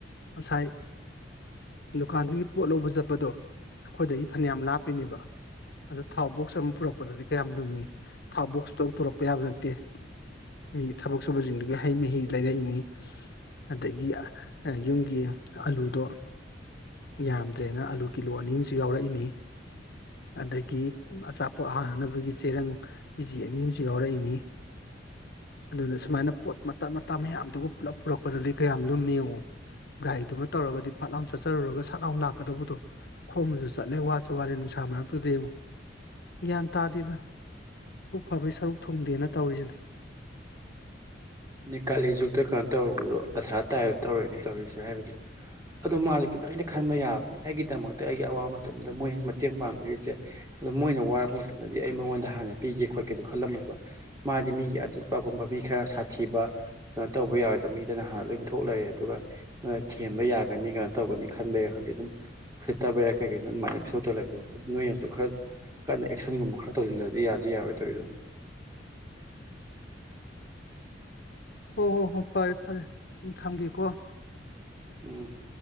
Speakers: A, on the left; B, on the right.
A: ꯉꯁꯥꯏ ꯗꯨꯀꯥꯟꯗꯒꯤ ꯄꯣꯠ ꯂꯧꯕ ꯆꯠꯄꯗꯣ ꯑꯩꯈꯣꯏꯗꯒꯤ ꯐꯅꯌꯥꯝ ꯂꯥꯞꯄꯤꯅꯦꯕ ꯑꯗ ꯊꯥꯎ ꯕꯣꯛꯁ ꯑꯃ ꯄꯨꯔꯛꯄꯗꯗꯤ ꯀꯌꯥꯝ ꯂꯨꯝꯃꯤ ꯊꯥꯎ ꯕꯣꯛꯁꯇꯣ ꯄꯨꯔꯛꯄ ꯌꯥꯕ ꯅꯠꯇꯦ ꯃꯤꯒꯤ ꯊꯕꯛ ꯁꯨꯕꯁꯤꯡꯗꯨꯒꯤ ꯍꯩ ꯃꯍꯤ ꯂꯩꯔꯛꯏꯅꯤ ꯑꯗꯒꯤ ꯌꯨꯝꯒꯤ ꯑꯂꯨꯗꯣ ꯌꯥꯝꯗ꯭ꯔꯦꯅ ꯑꯂꯨ ꯀꯤꯂꯣ ꯑꯅꯤ ꯑꯃꯁꯨ ꯌꯥꯎꯔꯛꯏꯅꯤ ꯑꯗꯒꯤ ꯑꯆꯥꯄꯣꯠ ꯍꯥꯟꯅꯅꯕꯒꯤ ꯆꯦꯔꯪ ꯀꯦ ꯖꯤ ꯑꯅꯤ ꯑꯃꯁꯨ ꯌꯥꯎꯔꯛꯏꯅꯤ ꯑꯗꯨꯅ ꯁꯨꯃꯥꯏꯅ ꯄꯣꯠ ꯃꯇꯥꯠ ꯃꯇ ꯃꯌꯥꯝꯗꯨꯒ ꯄꯨꯂꯞ ꯄꯨꯔꯛꯄꯗꯗꯤ ꯀꯌꯥꯝ ꯂꯨꯝ ꯌꯦꯡꯉꯣ ꯒꯥꯔꯤꯗꯨꯃ ꯇꯧꯔꯒꯗꯤ ꯐꯠꯂꯥꯎ ꯆꯠ ꯆꯠꯔꯨꯔꯒ ꯁꯥꯠ ꯂꯥꯎꯟ ꯂꯥꯛꯀꯗꯧꯕꯗꯣ ꯈꯣꯝꯅꯁꯨ ꯆꯠꯂꯦ ꯋꯥꯁꯨ ꯋꯥꯔꯦ ꯅꯨꯡꯁꯥ ꯃꯔꯛꯇꯨꯗ ꯌꯦꯡꯉꯨ ꯒ꯭ꯌꯥꯟ ꯇꯥꯗꯦꯗ ꯄꯨꯛ ꯐꯕꯩ ꯁꯔꯨꯛ ꯊꯨꯡꯗꯦꯅ ꯇꯧꯔꯤꯁꯤꯅꯦ
B: ꯀꯥꯂꯤ ꯑꯖꯨꯛꯇ ꯀꯩꯅꯣ ꯇꯧꯔꯨꯕꯗꯣ ꯗꯥꯁꯥ ꯇꯥꯏ ꯇꯧꯔꯦꯅꯦ ꯇꯧꯔꯤꯁꯦ ꯍꯥꯏꯕꯗꯤ ꯑꯗꯣ ꯃꯥꯁꯨ ꯈꯤꯇꯪꯗꯤ ꯈꯟꯕ ꯌꯥꯕꯅꯤ ꯑꯩꯒꯤꯗꯃꯛꯇ ꯑꯩꯒꯤ ꯑꯋꯥꯕ ꯃꯇꯝꯗ ꯃꯣꯏꯅ ꯃꯇꯦꯡ ꯄꯥꯡꯕꯤꯔꯤꯁꯦ ꯑ ꯃꯣꯏꯅ ꯋꯥꯔꯛꯄ ꯃꯇꯝꯗꯗꯤ ꯑꯩ ꯃꯉꯣꯟꯗ ꯍꯥꯟꯅ ꯄꯤꯒꯦ ꯈꯣꯠꯀꯦꯗꯣ ꯈꯜꯂꯝꯂꯣꯏꯕ ꯃꯥꯗꯤ ꯃꯤꯒꯤ ꯑꯆꯤꯛꯄꯒꯨꯝꯕ ꯃꯤ ꯈꯔ ꯁꯥꯊꯤꯕ ꯀꯩꯅꯣ ꯇꯧꯕ ꯌꯥꯎꯋꯣꯏꯗꯕ ꯃꯤꯗꯅ ꯍꯥꯟꯅ ꯂꯣꯏ ꯊꯣꯛ ꯂꯩꯔꯦ ꯑꯗꯨꯒ ꯅꯣꯏ ꯊꯦꯝꯕ ꯌꯥꯒꯅꯤ ꯀꯩꯅꯣ ꯇꯧꯒꯅꯤ ꯈꯟꯕꯩꯔ ꯈꯪꯗꯦ ꯑꯗꯨꯝ ꯐꯠꯇꯕ ꯌꯥꯏ ꯀꯩ ꯀꯩꯅꯣ ꯑꯗꯨꯃꯥꯏꯅ ꯄꯊꯣꯇ ꯂꯩꯏꯗꯣ ꯅꯣꯏꯅꯁꯨ ꯈꯔ <unintelligible> ꯀꯟꯅ ꯑꯦꯛꯁꯟꯒꯨꯝꯕ ꯈꯔ ꯇꯧꯁꯤꯟꯗ꯭ꯔꯗꯤ ꯌꯥꯗꯤ ꯌꯥꯔꯣꯏ ꯇꯧꯔꯤꯗꯣ
A: ꯍꯣ ꯍꯣ ꯍꯣ ꯐꯔꯦ ꯐꯔꯦ ꯎꯝ ꯊꯝꯒꯦꯀꯣ
B: ꯎꯝ